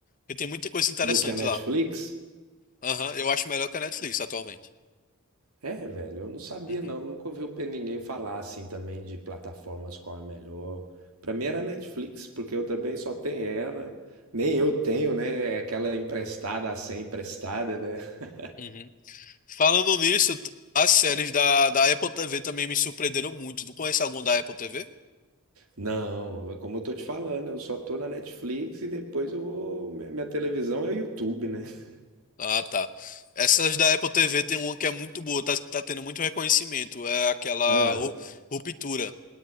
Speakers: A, on the left; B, on the right.
A: Porque tem muita coisa interessante
B: Do que a Netflix.
A: lá. Aham, eu acho melhor que a Netflix atualmente.
B: É, velho, eu não sabia
A: Uhum,
B: não, nunca ouvi o pe- ninguém falar assim também de plataformas qual é melhor. Pra mim era Netflix, porque eu também só tenho ela. Nem eu tenho, né? É Aquela emprestada assim, emprestada, né? <laughs>
A: uhum. Falando nisso, t- as séries da, da Apple TV também me surpreenderam muito. Tu conhece algum da Apple TV?
B: Não, como eu tô te falando, eu só tô na Netflix e depois eu vou- mi- minha televisão é o YouTube, né? <laughs>
A: Ah, tá. Essas da Apple TV tem uma que é muito boa, tá, tá tendo muito reconhecimento. É aquela
B: Ah,
A: Ru- Ruptura.